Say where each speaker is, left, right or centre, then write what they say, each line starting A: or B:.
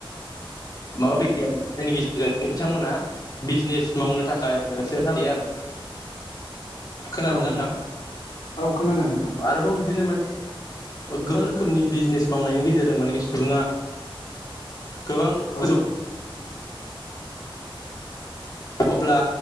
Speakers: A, on the left; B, on the left.
A: माबा फैयो आरो जायनि गेजेरजों बिथांमोना बिजनेस मावनो थाखाय सिरोनथा लायो आरो खोनादों
B: औ
A: ना
B: नोंथां
A: होनां
B: औ खोनादों नोंथां
A: आरोबाव बिदिनो माने गोबां रोखोमनि बिजिनेस मावनायनि गेजेर माने सुबुङा गोबां गोजौ
B: औ
A: अब्ला